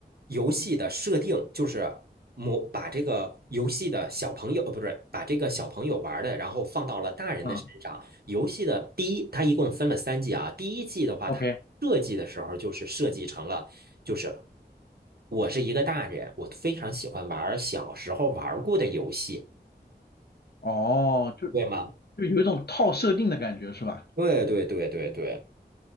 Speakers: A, on the right; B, on the left.
A: 游戏的设定就是模把这个游戏的小朋友，呃，不是把这个小朋友玩的，然后放到了大人的身上。
B: 嗯
A: 游戏的第一，它一共分了三季啊。第一季的话，
B: ，OK，
A: 它设计的时候就是设计成了，就是我是一个大人，我非常喜欢玩小时候玩过的游戏，
B: 哦，就
A: 对吗？
B: 就有一种套设定的感觉是吧？
A: 对对对对对。